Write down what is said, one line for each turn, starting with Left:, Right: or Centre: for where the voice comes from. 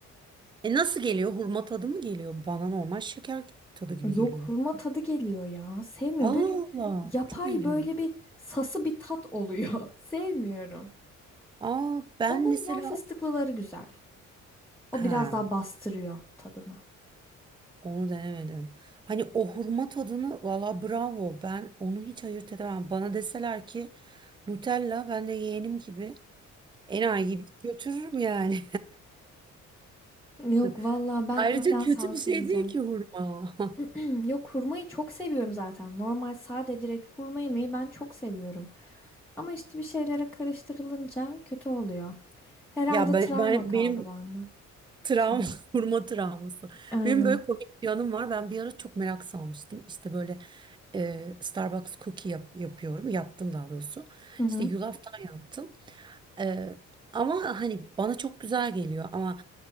Right: E nasıl geliyor? Hurma tadı mı geliyor? Bana normal şeker tadı gibi
Centre: Yok
Right: geliyor.
Centre: hurma tadı geliyor ya. Sevmiyorum.
Right: Allah
Centre: Böyle bir
Right: Allah.
Centre: yapay
Right: Çok ilginç.
Centre: böyle bir sası bir tat oluyor. <laughs> Sevmiyorum.
Right: Aa ben
Centre: Onların
Right: mesela
Centre: yer fıstıklıları güzel. O
Right: ha
Centre: biraz daha bastırıyor tadını.
Right: onu denemedim. Hani o hurma tadını valla bravo. Ben onu hiç ayırt edemem. Bana deseler ki Nutella ben de yeğenim gibi enayi gibi götürürüm yani.
Centre: Yok
Right: <laughs>
Centre: valla ben
Right: Ayrıca
Centre: illa
Right: kötü
Centre: sağlıksız
Right: bir şey
Centre: yiyeceğim.
Right: değil ki hurma. <laughs>
Centre: <clears throat> Yok hurmayı çok seviyorum zaten. Normal sade direkt hurma yemeği ben çok seviyorum. Ama işte bir şeylere karıştırılınca kötü oluyor. Herhalde
Right: Ya ben,
Centre: travma
Right: ben
Centre: kaldı
Right: benim
Centre: bende.
Right: travma
Centre: Şey.
Right: <laughs> hurma travması.
Centre: Aynen.
Right: Benim böyle komik bir anım var. Ben bir ara çok merak salmıştım. İşte böyle e, Starbucks cookie yap- yapıyorum. Yaptım daha doğrusu.
Centre: Hı hı.
Right: İşte yulaftan yaptım. E, ama hani bana çok güzel geliyor ama